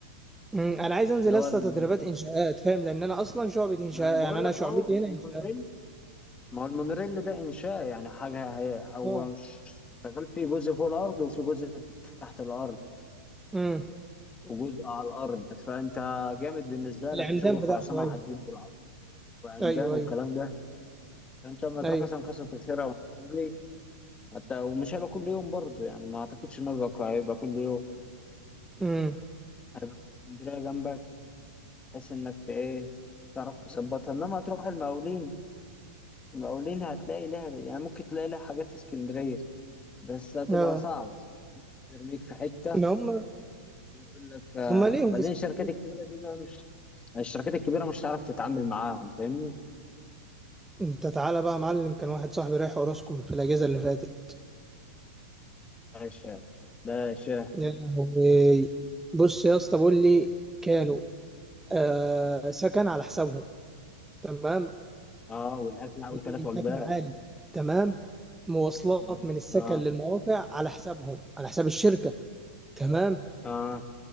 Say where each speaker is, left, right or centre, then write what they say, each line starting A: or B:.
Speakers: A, in the centre; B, on the left.
A: أمم، انا عايز انزل
B: اللي
A: لسه
B: هو المونوريل
A: تدريبات انشاءات فاهم لان انا اصلا شعبة انشاء
B: انا بقول
A: يعني انا
B: لك
A: شعبتي
B: اهو
A: هنا
B: المونوريل
A: انشاءات
B: ما هو المونوريل ده انشاء يعني حاجه هي هو
A: اه
B: ش- شغال في جزء فوق الارض وفي جزء تحت الارض
A: امم
B: وجزء على الارض فانت جامد بالنسبه
A: العمدان
B: لك في شغل
A: بتاعته
B: خرسانه
A: ايوه
B: وحديد بالعرض وعمدان
A: ايوه
B: والكلام
A: ايوه
B: ده فانت لما تروح
A: ايوه
B: مثلا قصه الخير او الحجري حتى ومش هيبقى كل يوم برضه يعني ما اعتقدش انه هيبقى هيبقى كل يوم
A: امم
B: هيبقى اسكندريه جنبك بحيث انك ت- ايه تعرف تظبطها انما تروح المقاولين المقاولين هتلاقي لها يعني ممكن تلاقي لها حاجات في اسكندريه بس هتبقى
A: اه
B: صعب يرميك في حته
A: ما هم
B: يقول لك آه،
A: هم ليهم
B: بعدين
A: في اسكندريه
B: الشركات الكبيره دي بقى مش الشركات الكبيره مش هتعرف تتعامل معاهم فاهمني
A: انت تعالى بقى يا معلم كان واحد صاحبي رايح اوراسكوم في الاجازه اللي فاتت
B: باشا باشا
A: يا لهوي بص يا اسطى بقول لي كانوا آه سكن على حسابهم تمام
B: اه والاكل وثلاث
A: اللي
B: وجبات
A: سكن عالي تمام مواصلات
B: اه
A: من السكن
B: اه
A: للمواقع على حسابهم على حساب الشركة تمام
B: اه